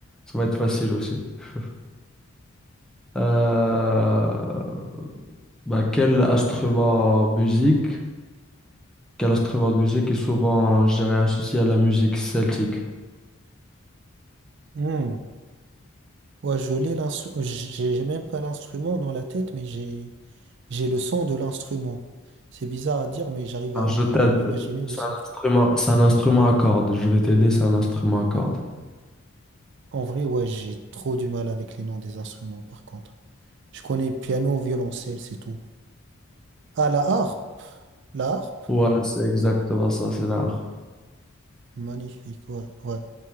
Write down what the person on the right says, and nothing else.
Hmm. Ouais, je l'ai l'instru- j'ai j'ai même pas l'instrument dans la tête, mais j'ai j'ai le son de l'instrument. C'est bizarre à dire, mais j'arrive
à ima-
m'imaginer le
son.
En vrai, ouais, j'ai trop du mal avec les noms des instruments, par contre. Je connais piano, violoncelle, c'est tout. Ah, la harpe. La harpe.
Magnifique, ouais. ouais.